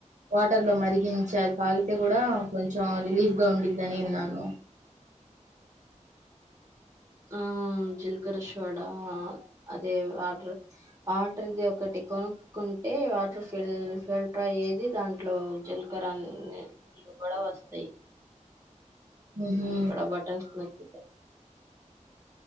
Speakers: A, on the right; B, on the right.
A: వాటర్ లో మరిగించి తాగితే కూడా కొంచెం రిలీఫ్గా వుండిద్దని విన్నాను
B: ఆ జీలకర్ర శోడా అదే వాటర్ వాటర్ది ఒకటి కొనుక్కుంటే వాటర్ ఫిల్ ఫిల్టర్ అయ్యేది దాంట్లో జీలకర నీళ్ళు కూడా వస్తాయి
A: ఉహు
B: ఇక్కడ బటన్స్ నొక్కి